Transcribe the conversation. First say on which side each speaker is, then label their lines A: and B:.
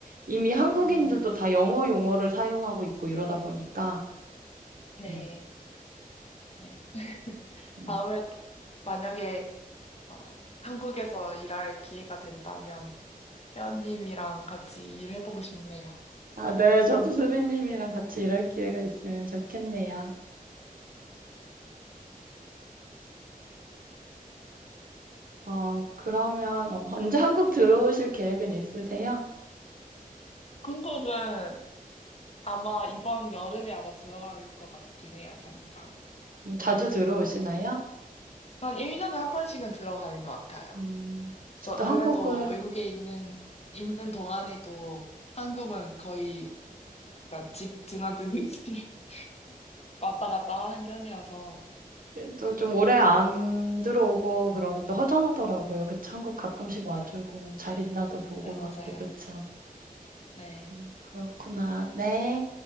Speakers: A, on the right; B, on the left.
A: 이미 한국인들도
B: 음,
A: 다 영어 용어를 사용하고 있고 이러다 보니까.
B: 네.
A: 네.
B: 네.
A: 음.
B: 다음에 만약에 어, 한국에서 일할 기회가 된다면 회원님이랑 같이 일해보고 싶네요.
A: 아, 네. 저도 수빈님이랑 같이 일할 기회가 있으면 좋겠네요. 어, 그러면 어, 언제 한국 들어오실 계획은 있으세요?
B: 한국은 아마 이번 여름에 아마 들어갈 것 같긴 해요, 잠깐.
A: 음, 자주
B: 네.
A: 들어오시나요?
B: 한 1년에 한 번씩은 들어가는 것 같아요.
A: 음,
B: 그래서
A: 저 또 한국을
B: 그래도 외국에 있는, 있는 동안에도 한국은 거의 약간 집 드나드듯이 <laughs> 왔다 갔다 하는 편이라서.
A: 또 좀 오래 안 들어오고 그러면 또 허전하더라고요. 그쵸? 한국 가끔씩 와주고 잘 있나도 보고
B: 네,
A: 가고
B: 맞아요.
A: 그쵸?
B: 네.
A: 음, 그렇구나. 네.